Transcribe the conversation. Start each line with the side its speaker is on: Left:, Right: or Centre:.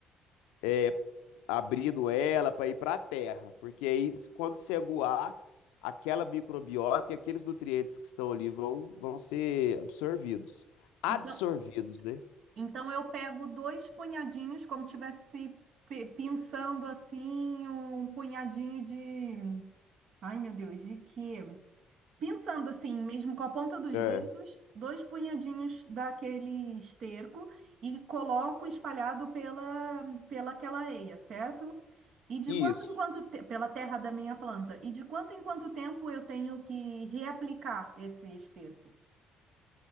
Left: é, abrindo ela para ir para a terra, porque aí s- quando você aguar, aquela microbiota e aqueles nutrientes que estão ali vão, vão ser absorvidos, adsorvidos,
Right: Então,
Left: né?
Right: então eu pego dois punhadinhos, como tivesse pe- pinçando assim, um punhadinho de. Ai, meu Deus, de quê? Pensando assim, mesmo com a ponta dos
Left: É,
Right: dedos, dois punhadinhos daquele esterco e coloco espalhado pela, pela aquela areia, certo? E de
Left: isso.
Right: quanto em quanto te- pela terra da minha planta, e de quanto em quanto tempo eu tenho que reaplicar esse esterco?